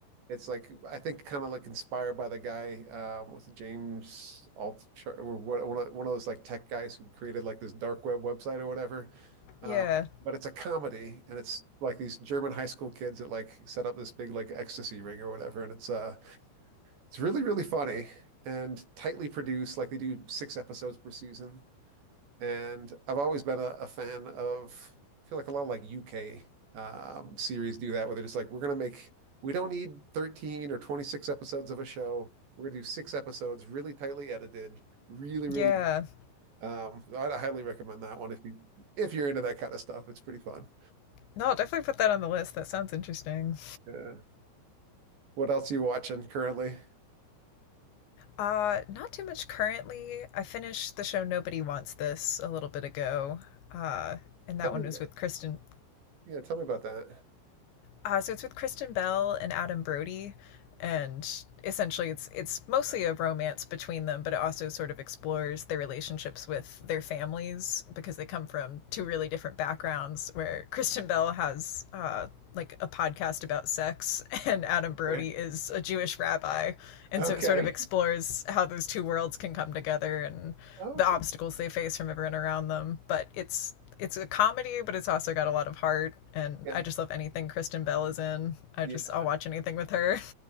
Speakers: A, on the right; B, on the left.
A: It's like I think kind of like inspired by the guy uh, with James Altucher or what, one of, one of those like tech guys who created like this dark web website or whatever. Uh,
B: Yeah.
A: but it's a comedy, and it's like these German high school kids that like set up this big like ecstasy ring or whatever, and it's uh it's really really funny and tightly produced. Like they do six episodes per season. And I've always been a, a fan of, I feel like a lot of like UK um, series do that, where they're just like, we're going to make, we don't need 13 or 26 episodes of a show. We're going to do six episodes, really tightly edited, really, really.
B: Yeah.
A: Um, i highly recommend that one if you if you're into that kind of stuff. It's pretty fun.
B: No, I'll definitely put that on the list. That sounds interesting.
A: Yeah. What else are you watching currently?
B: Uh, not too much currently. I finished the show Nobody Wants This a little bit ago. Uh, and
A: Tell
B: that
A: me
B: one
A: about,
B: was with
A: it.
B: Kristen
A: yeah, tell me about that. <laughs>
B: Uh, so it's with Kristen Bell and Adam Brody, and essentially it's it's mostly a romance between them, but it also sort of explores their relationships with their families because they come from two really different backgrounds. Where Kristen Bell has uh, like a podcast about sex, <laughs> and Adam Brody
A: Okay.
B: is a Jewish rabbi, and
A: Okay.
B: so it sort of explores how those two worlds can come together and
A: Oh,
B: the obstacles
A: cool.
B: they face from everyone around them. But it's it's a comedy, but it's also got a lot of heart. And
A: Yeah.
B: I just love anything Kristen Bell is in. I
A: Yeah.
B: just I'll watch anything with her.